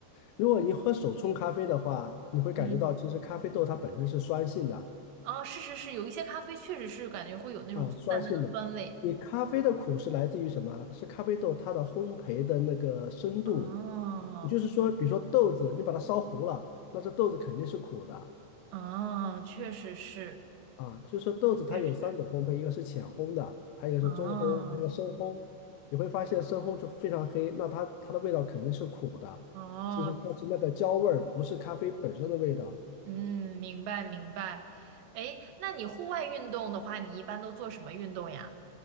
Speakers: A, on the left; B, on the right.
A: 如果你喝手冲咖啡的话，你会感觉到其实咖啡豆它本身是酸性的。
B: 嗯，哦，是是是，有一些咖啡确实是感觉会有那种淡淡的酸味。
A: 啊，酸性的。你咖啡的苦是来自于什么啊是咖啡豆它的烘焙的那个深度，
B: 哦
A: 也就是说，比如说豆子，你把它烧糊了，那这豆子肯定是苦的
B: 哦，确实是，
A: 啊。就是说豆子它有三种烘焙，
B: 确实。
A: 一个是浅烘的，还有一个是中烘，
B: 哦
A: 还有一个深烘。你会发现深烘就非常黑，那它它的味道肯定是苦的。
B: 哦，
A: 其实它是那个焦味儿，不是咖啡本身的味道。
B: 嗯，明白明白。哎，那你户外运动的话，你一般都做什么运动呀？